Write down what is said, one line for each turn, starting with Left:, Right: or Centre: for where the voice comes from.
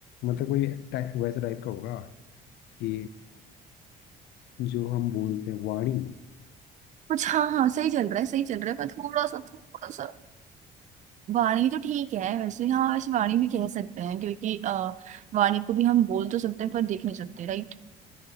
Left: मतलब कोई टाइप वैसा टाइप का होगा कि जो हम बोलते हैं वाणी
Right: कुछ हाँ हाँ सही चल रहा है सही चल रहा है पर थोड़ा सा थोड़ा सा वाणी तो ठीक है वैसे हाँ वैसे वाणी भी कह सकते हैं क्योंकि आ, वाणी को भी हम बोल तो सकते हैं पर देख नहीं सकते राइट